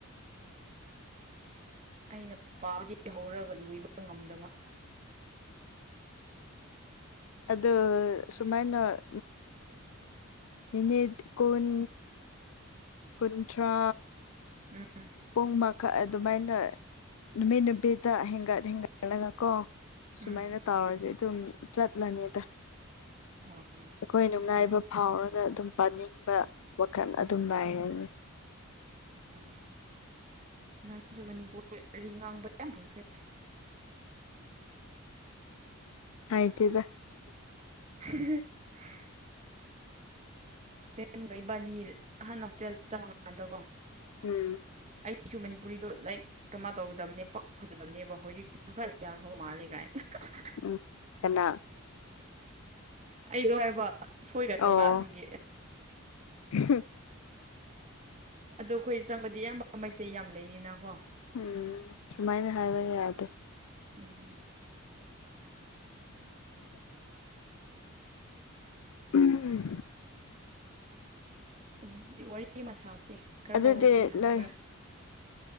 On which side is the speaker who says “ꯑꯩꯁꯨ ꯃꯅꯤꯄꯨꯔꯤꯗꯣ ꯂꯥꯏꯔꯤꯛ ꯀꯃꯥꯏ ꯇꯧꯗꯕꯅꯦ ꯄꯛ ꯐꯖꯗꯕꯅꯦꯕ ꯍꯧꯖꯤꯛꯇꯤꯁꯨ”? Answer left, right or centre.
Right